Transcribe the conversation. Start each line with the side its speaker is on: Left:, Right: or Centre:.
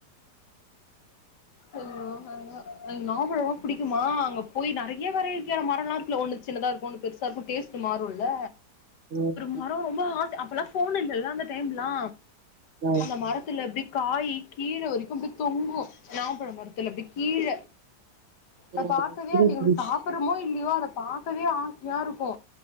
Left: ஹலோ எனக்கு நவா பழோலா புடிக்குமா அங்க போய் நறைய வெரைட்டியான மரல்லா இருக்குல்ல ஒன்னு சின்னதா இருக்கு ஒன்னு பெருசாருக்கு டேஸ்ட்டு மாறுல்ல
Right: ம்
Left: மரோ ரொம்ப ஆசை அப்பல்லா ஃபோன் இல்லல்ல அந்த டைம்ல்லா
Right: ஓ
Left: அந்த மரத்துல அப்டி காயி கீழ வரைக்கு அப்டி தொங்கும் நாப்பழ மரத்துல அப்டி கீழ
Right: ம்
Left: அத பாக்கவே
Right: புரியுது
Left: அது எங்ளுக்கு
Right: புரியுது
Left: சாப் ரமோ இல்லயோ அத பாக்கவே ஆசையா இருக்கு